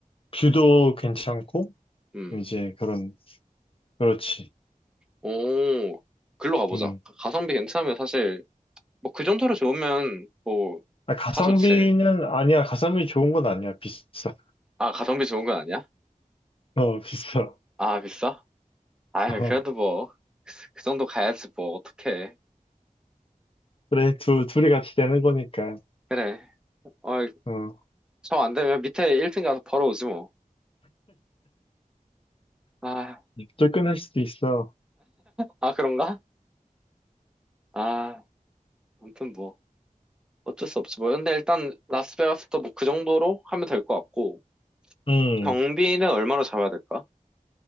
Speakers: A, on the left; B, in the centre.
A: 뷰도 괜찮고
B: 음.
A: 이제 그런 그렇지.
B: 오, 글로 가보자.
A: 음.
B: 가- 가성비 괜찮으면 사실, 뭐, 그 정도로 좋으면, 뭐,
A: 아, 가성비는
B: 다 좋지.
A: 아니야. 가성비 좋은 건 아니야. 비싸.
B: 아, 가성비 좋은 건 아니야?
A: 어, <laughs> 비싸.
B: 아, 비싸? 아,
A: 어.
B: 그래도 뭐, 그, 그 정도 가야지, 뭐, 어떡해.
A: 그래 두 둘이 같이 내는 거니까.
B: 그래. 어,
A: 어.
B: 저 안 되면 밑에 1층 가서 벌어오지, 뭐. 아,
A: 쫓겨날 수도 있어.
B: 아, 그런가? 아, 아무튼 뭐, 어쩔 수 없지, 뭐. 근데 일단, 라스베가스도 뭐, 그 정도로 하면 될 것 같고,
A: 음.
B: 경비는 얼마로 잡아야 될까?